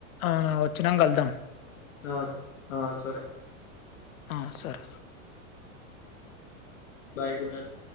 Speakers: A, on the left; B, on the left.
A: ఆ వచ్చినంకళ్దాం
B: ఆ ఆ సరే
A: ఆ సరె
B: బాయ్ గుడ్ నైట్